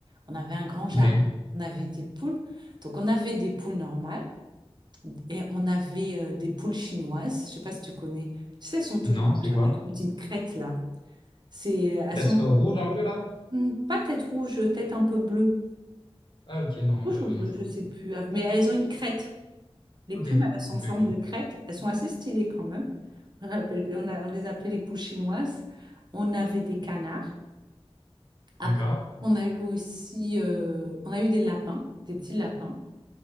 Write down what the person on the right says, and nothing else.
On avait un grand jardin.
On avait des poules. Donc on avait des poules normales et on avait euh, des poules chinoises. Je sais pas si tu connais. Tu sais, elles sont toutes
blanches
avec une petite crête là. C'est, elles
sont
hmm, pas tête rouge, tête un peu bleue.
Rouge
ou
bleu,
je
sais
plus. Ah, Mais elles ont une crête. Les
plumes, elles sont
en forme
de crête. Elles sont assez stylées quand même. On appelle- on a- on les appelait les poules chinoises. On avait des canards. Après,
on a eu aussi, euh, on a eu des lapins, des petits lapins.